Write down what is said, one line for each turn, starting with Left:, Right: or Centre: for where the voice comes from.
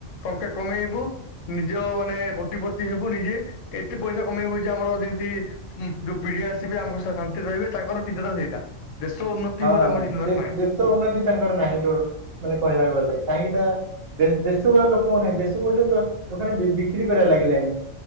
Left: ଟଙ୍କା କମେଇବୁ ନିଜ ମାନେ କୋଟିପତି ହେବୁ ନିଜେ ଏତେ ପଇସା କମେଇବୁ ଆମର ଯେମିତି ଯୋଉ ପିଢି ଆସିବେ ଆମକୁ ଶାନ୍ତିରେ ରହିବେ ତାଙ୍କର ଚିନ୍ତା ଧାରା ସେଇଟା। ଦେଶ ଉନ୍ନତି
Right: ହଁ
Left: କୁ ତାଙ୍କର ଜିତିବାର
Right: ଦେ
Left: ନାହିଁ।।
Right: ଦେଶ ଉନ୍ନତି ତାଙ୍କର ନାହିଁ ମାନେ କହିବାକୁ ଗଲେ କାହିଁକି ନା ଦେଶର ଲୋକ କଣଦେଶ ଗୋଟେ ଗୋଟେ ଦୋକାନ ବି ବିକ୍ରି କରିବାରେ ଲାଗିଲାଣି